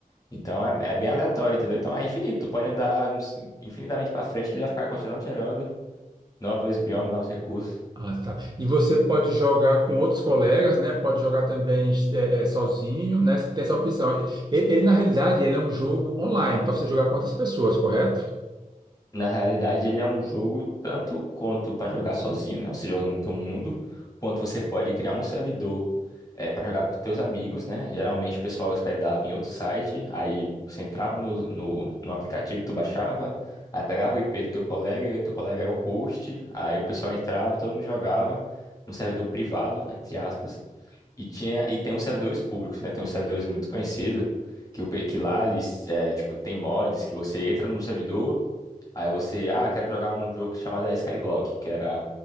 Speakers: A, on the left; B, on the right.
A: Então é, é bem aleatório, entendeu? Então é infinito. Tu pode andar nos- infinitamente pra frente que ele vai ficar continuando gerando novos biomas, novos recursos.
B: Ah, tá. E você pode jogar com outros colegas, né? Pode jogar também eh, eh, sozinho, né? Você tem essa opção. E- Ele, na realidade, ele é um jogo online para você jogar com outras pessoas, correto?
A: Na realidade, ele é um jogo tanto quanto pra jogar sozinho, né? Você joga no teu mundo, quanto você pode criar um servidor é, para jogar com os teus amigos, né? Geralmente o pessoal hospedava em outro site, aí você entrava no, no, no aplicativo que tu baixava, aí pegava o IP do teu colega, e teu colega era o host, aí o pessoal entrava e todo mundo jogava num servidor privado, entre aspas. E tinha e tem uns servidores públicos, né? Tem uns servidores muito conhecidos que, o pe- que lá eles é, tipo tem mods que você entra no servidor, aí você, ah, quero jogar um jogo chamado Skyblock, que era